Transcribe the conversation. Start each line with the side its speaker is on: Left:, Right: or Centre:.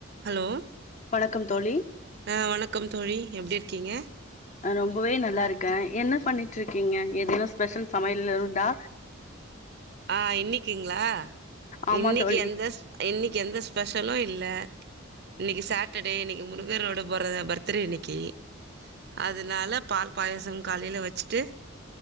Right: Hello
Left: வணக்கம் தோழி
Right: அ வணக்கம் தோழி எப்டிருக்கீங்க
Left: ரொம்பவே நல்லாருக்கே என்ன பண்ணிட்டு இருக்கீங்க எதேனு ஸ்பெஷல் சமையல் எது உண்டா
Right: ஆ இன்னைக்குங்ளா
Left: ஆமா
Right: இன்னைக்கு
Left: தோழி
Right: எந்த இன்னைக்கு எந்த ஸ்பெஷலு இல்ல இன்னைக்கு சாட்டர்டே இன்னைக்கு முருகரோட போறத பர்த்டே இன்னைக்கு அதனால பால் பாயச காலைல வச்சிட்டு